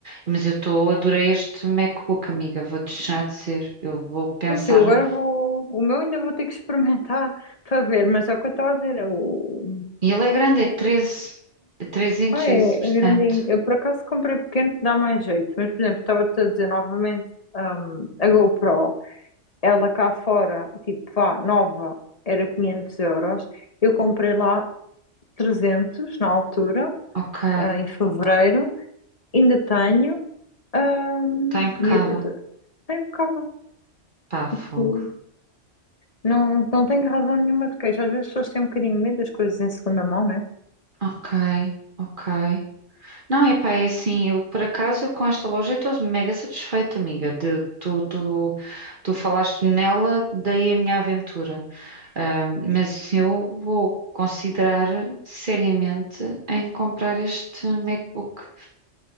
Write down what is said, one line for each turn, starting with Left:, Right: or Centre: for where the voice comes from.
Right: Mas eu estou, adorei este MacBook, amiga, vou-te deixar de ser. Eu vou pensar.
Left: Pois eu agora vou. O meu ainda vou ter que experimentar <laughs> para ver, mas é o que eu estava a dizer. é O...
Right: E ele é grande, é treze é 13 inches,
Left: Ah, é, é
Right: portanto.
Left: grandinho. Eu por acaso comprei pequeno que dá mais jeito, mas por exemplo, estava-te a dizer novamente, hum, a GoPro, ela cá fora, tipo, vá, nova, era 500 euros. Eu comprei lá 300 na altura,
Right: Ok,
Left: ah, em fevereiro, ainda tenho, hum,
Right: está impecável.
Left: e e- é impecável.
Right: Pá,
Left: Tipo,
Right: fogo.
Left: Não, não tenho razão nenhuma de queixa. Às vezes as pessoas têm um bocadinho de medo das coisas em segunda mão, não é?
Right: Ok, ok. Não, epá, é assim, eu por acaso com esta loja estou mega satisfeita, amiga. De- tu, tu, tu falaste nela, daí a minha aventura. Ah, mas eu vou considerar seriamente em comprar este MacBook.